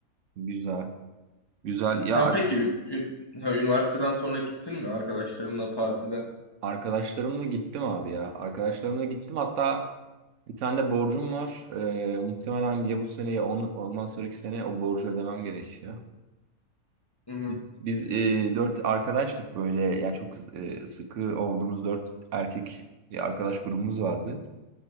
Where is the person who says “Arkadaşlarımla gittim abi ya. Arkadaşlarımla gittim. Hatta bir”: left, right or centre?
Right